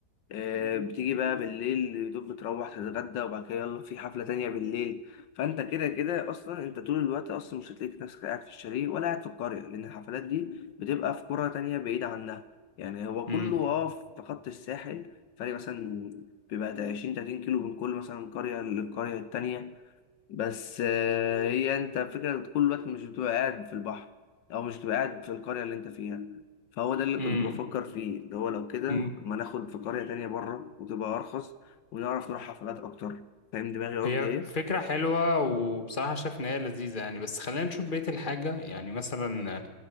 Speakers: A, on the left; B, on the left.
A: آه، بتيجي بقى بالليل يدوب بتروح تتغدى وبعد كده يلا في حفلة تانية بالليل فانت كده كده اصلا انت طول الوقت اصلا مش هتلاقي نفسك قاعد في الشاليه ولا قاعد في القرية لان الحفلات دي بتبقى في قرى تانية بعيدة عنها يعني هو
B: امم
A: كله اه في خط الساحل فرق مثلا بيبقى ده 20 30 كيلو من كل مثلا قرية للقرية التانية بس آه، هي انت فكرة طول الوقت مش بتبقى قاعد في البحر او مش بتبقى قاعد في القرية اللي انت فيها فهو ده اللي كنت
B: امم
A: بفكر فيه اللي هو لو كده
B: أمم.
A: ما ناخد في قرية تانية بره وتبقى ارخص ونعرف نروح حفلات اكتر فاهم دماغي قصدي
B: هي
A: ايه
B: فكرة حلوة وبصراحة شايف إن هي لذيذة يعني بس خلينا نشوف بقية الحاجة يعني مثلا